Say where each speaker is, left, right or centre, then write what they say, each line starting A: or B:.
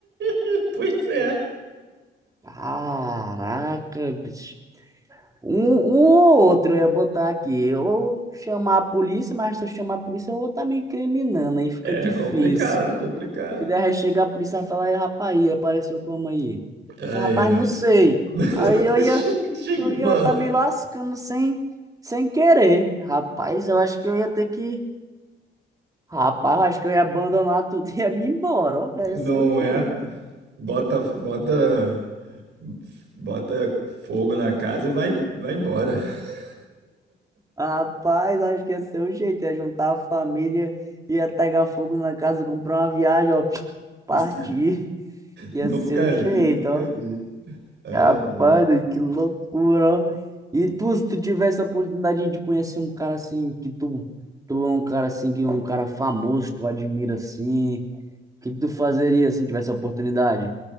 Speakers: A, on the right (about 65°); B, on the right (about 15°).
A: <laughs> Pois é.
B: Caraca, bicho. Um, um ou outro eu ia botar aqui. Ou chamar a polícia, mas se eu chamar a polícia, eu vou estar me incriminando, aí fica difícil.
A: É complicado, complicado.
B: Que daí chegar a polícia e falar, "Ei, rapaz, aí, apareceu como aí? Eu
A: Ai,
B: falo, rapaz,
A: ai.
B: não sei. Aí
A: <laughs>
B: eu
A: Chega-
B: ia,
A: chega-
B: eu ia
A: Mano,
B: estar me lascando sem, sem querer. Rapaz, eu acho que eu ia ter que Rapaz, eu acho que eu ia abandonar tudo e ia me embora, ó. Ia
A: Não
B: ser o jeito.
A: é? Bota, bota, bota fogo na casa e vai, vai embora. <laughs>
B: Rapaz, acho que ia ser o jeito. Ia juntar a família, ia pegar fogo na casa, comprar uma viagem, ó. Partir.
A: Isso,
B: Ia
A: Nunca
B: ser o jeito,
A: vi, nunca
B: ó.
A: vi. Ai,
B: Rapaz, doido, que loucura, ó. E tu, se tu tivesse a oportunidade de conhecer um cara assim, que tu, tu é um cara assim, que é um cara famoso, tu admira assim, o que que tu fazeria assim, tivesse a oportunidade?